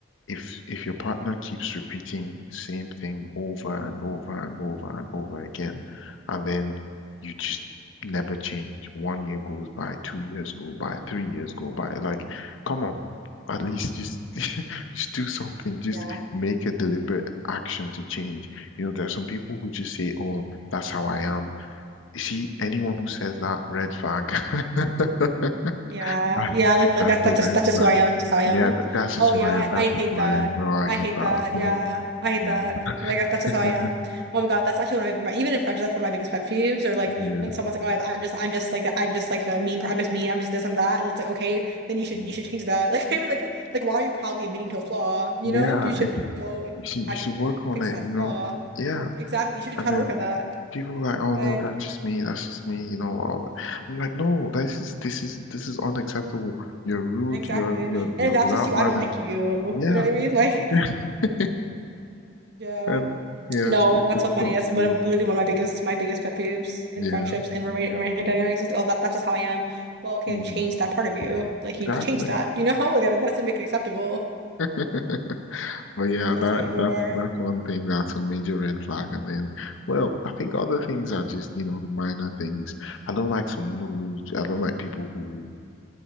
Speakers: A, on the left; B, on the right.
A: if if your partner keeps repeating the same thing over and over and over and over again, and then you just never change. One year goes by, two years go by, three years go by. Like, come on, at least just <laughs> just do something. Just
B: Yeah.
A: make a deliberate action to change. You know, there are some people who just say, "Oh, that's how I am." You see, anyone who says that, red flag. <laughs>
B: Yeah,
A: <laughs> I,
B: yeah, like, like
A: that's
B: that's that's
A: a red
B: just that's just
A: flag.
B: who I am. That's just how I am.
A: Yeah, th- that's just
B: Oh
A: who
B: yeah,
A: I
B: I,
A: am. That's
B: I hate
A: just who
B: that.
A: I am. Oh, I
B: I
A: hate
B: hate
A: that.
B: that.
A: No,
B: Yeah, I hate
A: no.
B: that.
A: <laughs>
B: Like that's that's just how I am. Oh my God, that's actually one of my, even in friendship, that's one of my biggest pet peeves. Or like
A: Yeah.
B: when someone's like, "Oh, I, am just I'm just like I'm just like a mean. per- I'm just mean. I'm just this. I'm that." And it's like, okay, then you should
A: Mm.
B: you should change that. <laughs> Like I mean, like like why are you proudly admitting to a flaw? You
A: Yeah,
B: know, you should
A: it's you
B: go and
A: should
B: try
A: you
B: to
A: should work on
B: fix
A: it,
B: that
A: you know.
B: flaw.
A: Yeah.
B: Exactly, you should
A: And
B: try
A: then
B: to work on that.
A: people are like, oh
B: Like
A: no, that's just me, that's just me, you know. all that. I'm like, no, this is this is this is unacceptable. You're rude,
B: exactly.
A: you're you're you're
B: And if
A: without
B: that's just you,
A: manners.
B: I don't like you.
A: Yeah.
B: You know what I mean? <laughs> Like
A: <laughs>
B: yeah.
A: And yeah,
B: No,
A: it's, it's
B: that's
A: difficult
B: so funny. That's
A: to
B: one
A: do.
B: of literally one of my biggest my biggest pet peeves in
A: Yeah.
B: friendships and roommate romantic dynamics is like, oh that that's just how I am. Well, okay,
A: Mm,
B: then change that part of you. Like
A: exactly.
B: you need to change that, you know? <laughs> Like, that doesn't make it acceptable
A: <laughs> But yeah,
B: because that's
A: that
B: how you
A: that
B: are.
A: that's one thing that's a major red flag. And then, well, I think other things are just, you know, the minor things. I don't like someone who I don't like people who